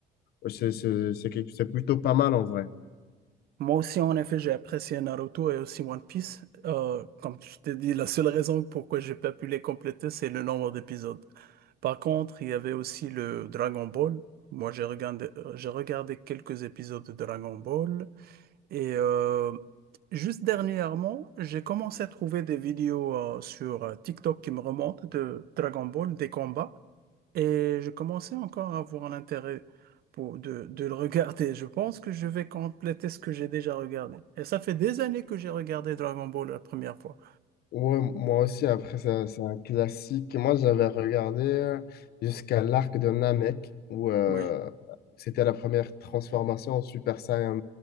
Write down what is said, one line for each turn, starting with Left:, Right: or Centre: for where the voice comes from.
Left: c'est c'est- c'est quelque- c'est plutôt pas mal en vrai.
Right: Moi aussi, en effet, j'ai apprécié Naruto et aussi One Piece. Euh, comme je t'ai dit, la seule raison pourquoi j'ai pas pu les compléter, c'est le nombre d'épisodes. Par contre, il y avait aussi le Dragon Ball. Moi, j'ai regardé, euh, j'ai regardé quelques épisodes de Dragon Ball. Et euh, juste dernièrement, j'ai commencé à trouver des vidéos euh, sur euh, TikTok qui me remontent de Dragon Ball, des combats. Et je commençais encore à avoir l'intérêt pour, de, de le regarder. Je pense que je vais compléter ce que j'ai déjà regardé. Et ça fait des années que j'ai regardé Dragon Ball la première fois.
Left: Ouais, moi aussi, après, ça- c'est un classique. Moi, j'avais regardé euh, jusqu'à l'arc de Namek, où euh,
Right: Oui.
Left: c'était la première transformation en Super Saiyan,